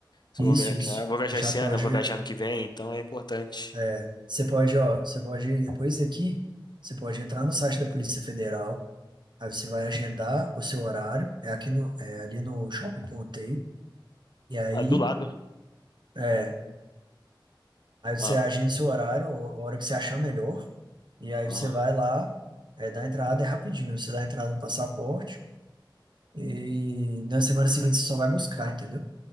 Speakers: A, on the left; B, on the right.
A: Se
B: Isso,
A: eu vou viajar,
B: isso.
A: vou viajar
B: Já
A: esse
B: pode.
A: ano, eu vou viajar ano que vem, então é importante.
B: é, você pode, ó, você pode, depois daqui, você pode entrar no site da Polícia Federal. Aí você vai agendar o seu horário, é aqui no, é ali no shopping que eu montei. E aí,
A: Ah, do lado.
B: é, aí você
A: Ah,
B: agenda o seu horário, o- a hora que você achar melhor. E aí
A: ah.
B: você vai lá, é, dá a entrada, é rapidinho. Você dá a entrada no passaporte e na semana seguinte você só vai buscar, entendeu?